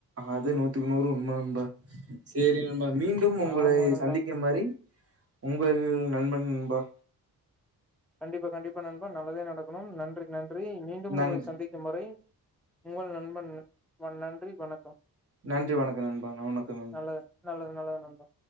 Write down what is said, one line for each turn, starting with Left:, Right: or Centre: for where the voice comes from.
Right: அது நூத்துக்கு நூறு உண்ம நண்பா சேரி நண்பா மீண்டும் ஒங்களை
Centre: ஆமா நண்பா
Right: சந்திக்கும் வரை உங்கள் நண்பன் பா
Centre: கண்டிப்பா கண்டிப்பா நண்பன் நல்லதே நடக்கணும் நன்றி நன்றி மீண்டும்
Right: நன்றி
Centre: ஒங்களை சந்திக் கும் வரை உங்கள் நண்பன் வ நன்றி வணக்கம்
Right: நன்றி வணக்கம் நண்பா வணக்கம் நண்பா
Centre: நல்லது நல்லது நல்லாரு நண்பா